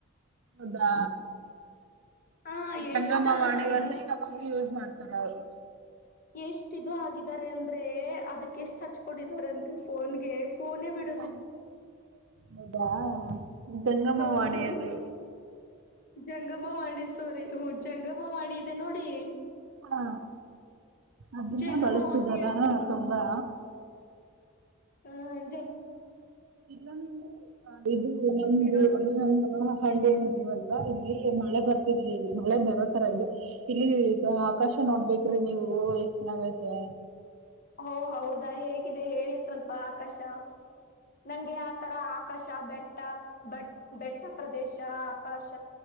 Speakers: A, on the right; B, on the left.
A: ಹೌದಾ
B: ಹಾ
A: ಜಂಗಮ
B: ಎಷ್ಟು
A: ವಾಣಿವವನ್ನ
B: ಇದು
A: ಯಾವಾಗ್ಲೂ ಯೂಸ್ ಮಾಡ್ತಾರ ಅವ್ರು.
B: ಎಷ್ಟ ಇದು ಆಗಿದ್ದಾರೆ ಅಂದ್ರೆ ಅದಕ್ಕೆ ಎಷ್ಟ್ ಹಚ್ಕೊಂಡಿದ್ದಾರೆ ಅಂದ್ರೆ ಫೋನ್ಗೆ ಫೋನೇ ಬಿಡ.
A: ಹ ಹೌದಾ ಡಂಗಮವಾಣಿ
B: ಹೌದು
A: ಅದು.
B: ಜಂಗಮವಾಣಿ ಸೋರಿ ಹು ಜಂಗಮವಾಣಿ ಇದೆ ನೋಡಿ.
A: ಹಾ ಅದನ್ನ
B: ಜಂಗಮವಾಣಿ
A: ಬಳಸ್ತಿದಾರ ತುಂಬಾ.
B: ಹಾಯ್.
A: ಇಲ್ಲ ನಾವು ಇದು ನಮ್ದು
B: ಬಿಡೋದು
A: ಏನ ಅಂದಲ್ಲ ಹಳ್ಳಿಯಲ್ಲಿದ್ದೀವಂತ. ದ ಇಲ್ಲಿ ಮಳೆ ಬರ್ತಿದೆ ಇಲ್ಲಿ ಮಳೆ ಬರೋ ತರ ಇದೆ. ಇಲ್ಲಿ ಆಕಾಶ ನೋಡ್ಬೇಕ್ರಿ ನೀವು ಎಷ್ಟ್ ಚೆನ್ನಾಗಐತೆ.
B: ಓ ಹೌದಾ ಹೇಗಿದೆ ಹೇಳಿ ಸ್ವಲ್ಪ ಆಕಾಶ ನಂಗೆ ಆತರ ಆಕಾಶ. ಬೆಟ್ಟ ಬೆಟ್ಟ ಬಟ್ ಪ್ರದೇಶ ಆಕಾಶ.